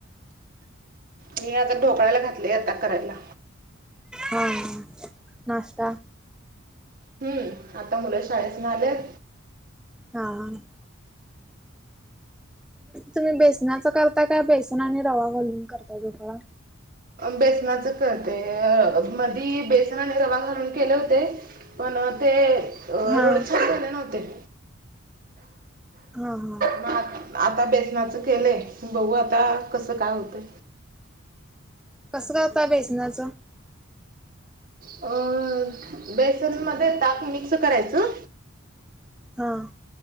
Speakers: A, on the right (about 45°); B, in the centre.
A: मी आता ढोकळायाला घातले आता करायला.
B: हां नाश्ता.
A: हम्म आता मुलं शाळचनं आल्यात.
B: हां. तुम्ही बेसनाचं करताय काय बेसन आणि रवा घालून करताय ढोकळा?
A: बेसनाच करते मधी बेसन आणि रवा घालून केले होते. पण ते अ
B: हा
A: एवढे छान झाले नव्हते.
B: हा हा.
A: म आ आता बेसनाचं केलंय बघु आता कसं काय होतय.
B: कसं करता बेसनाचं?
A: अ बेसन मध्ये ताक मिक्स करायचं
B: हां.